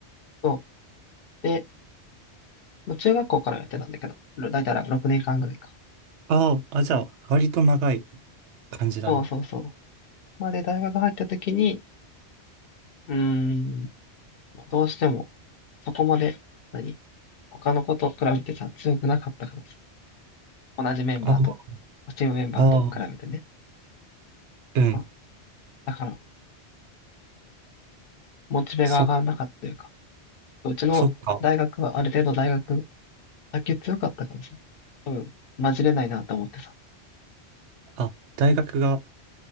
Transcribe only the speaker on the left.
そう。で、もう中学校からやってたんだけど、だいたい6年間ぐらいか。
そうそうそう。まあで、大学入った時に、うーん、まあ、どうしても、そこまで、何他の子と比べてさ、強くなかったからさ同じメンバーと、
チームメンバーと比べてね。
そうだから、モチベが上がらなかったというか、
うちの大学はある程度大学、
卓球強かったからさ、多分、混じれないなと思ってさ、